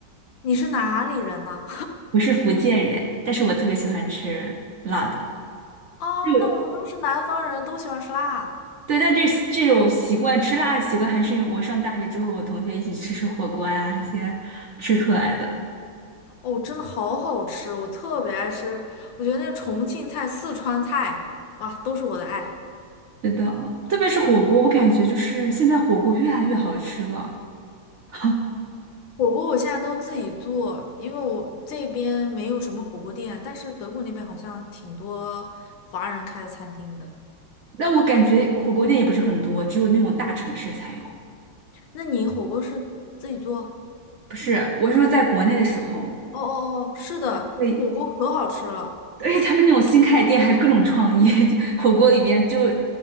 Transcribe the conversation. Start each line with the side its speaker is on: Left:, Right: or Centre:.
Left: 你是哪里人呢？
Right: <laughs> 我是福建人，但是我特别喜欢吃辣的。
Left: <laughs> 啊，
Right: 就
Left: 那我们都是南方人，都喜欢吃辣。
Right: 对，但这这种习惯吃辣的习惯，还是我上大学之后，我同学一起吃吃火锅呀，那些吃出来的。
Left: 哦，真的好好吃，我特别爱吃。我觉得那重庆菜、四川菜，哇，都是我的爱。
Right: 是的，特别是火锅，我感觉就是现在火锅越来越好吃了。<laughs>
Left: 火锅我现在都自己做，因为我这边没有什么火锅店，但是德国那边好像挺多华人开的餐厅的。
Right: 但我感觉火锅店也不是很多，只有那种大城市才有。
Left: 那你火锅是自己做？
Right: 不是，我是说在国内的时候，
Left: 哦哦哦，是的，
Right: 对，
Left: 火锅可好吃了。
Right: 而且他们那种新开的店还各种创意，<laughs> 就火锅里边就